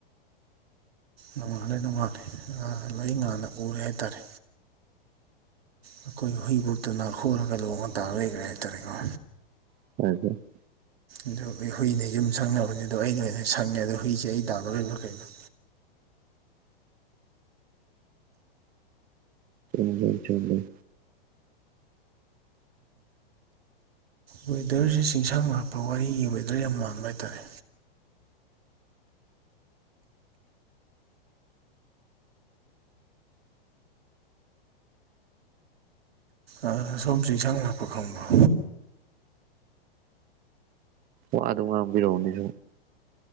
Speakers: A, on the right; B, on the right.
A: ꯅꯣꯡꯉꯥꯜꯂꯦ ꯅꯣꯡꯉꯥꯜꯂꯦ ꯑꯥ ꯂꯣꯏ ꯉꯥꯟꯅ ꯎꯔꯦ ꯍꯥꯏꯇꯥꯔꯦ ꯑꯩꯈꯣꯏ ꯍꯨꯏꯕꯧꯇ ꯅꯈꯣꯔꯒ ꯂꯣꯡꯉꯥ ꯇꯥ ꯂꯩꯒ꯭ꯔꯦ ꯍꯥꯏꯇꯥꯔꯦꯀꯣ
B: <unintelligible>
A: ꯑꯗꯨ ꯑꯩ ꯍꯨꯏꯅ ꯌꯨꯝ ꯁꯪꯅꯕꯅꯤ ꯑꯗꯣ ꯑꯩꯩꯅ ꯑꯣꯏꯅ ꯁꯪꯉꯦ ꯑꯗꯣ ꯍꯨꯏꯁꯦ ꯑꯩ ꯇꯥꯗꯧꯔꯤꯕꯥ ꯀꯩꯅꯣ
B: ꯆꯨꯝꯗꯣꯏꯟ ꯆꯨꯝꯗꯣꯏꯟ
A: ꯎꯝ ꯋꯦꯗꯔꯁꯦ ꯆꯤꯡꯁꯥꯡ ꯂꯥꯛꯄ ꯋꯥꯔꯤꯒꯤ ꯋꯦꯗꯔ ꯌꯥꯝ ꯃꯥꯟꯕ ꯍꯥꯏꯇꯥꯔꯦ ꯑ ꯁꯣꯝ ꯆꯤꯡꯁꯥꯡ ꯂꯥꯛꯄ ꯈꯪꯕ꯭ꯔꯣ
B: ꯋꯥ ꯑꯗꯨꯝ ꯉꯥꯡꯕꯤꯔꯛꯎꯅꯦ ꯁꯨꯝ